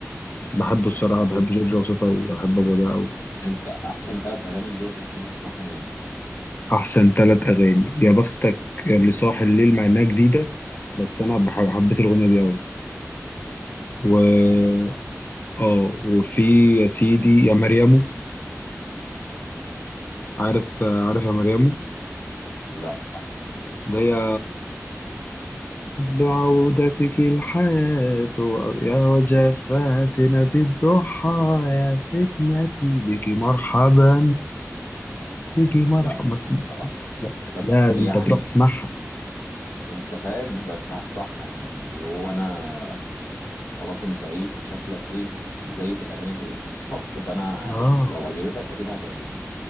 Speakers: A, on the left (about 35°); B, on the left (about 85°).
A: بحبه الصراحة
B: طب
A: بحب جورج وسوف قوي بحب ابوه ده قوي
B: انت احسن ثلاث اغاني لجورج بتحب تسمعهم ايه؟
A: أحسن ثلاث أغاني يا بختك اللي صاحي الليل مع إنها جديدة بس أنا بح- حبيت الأغنية دي أوي و
B: اغنية جامدة الصراحة
A: آه وفي يا سيدي يا مريمو عارف عارف يا مريمو
B: لا
A: ده يا بعودتك الحياة يا وجفاتنا دي الضحى يا فتنتي بك مرحبا بك مرحبا
B: لا الصراحة
A: لا
B: بس
A: لا ده
B: يعني
A: أنت تروح تسمعها
B: انت فاهم بس هسمعها يعني هو انا خلاص انت ايه شكلك ايه في- زي في الاغاني في <laughs> بالظبط فانا
A: آه
B: لو عجبتك اكيد هتعجبني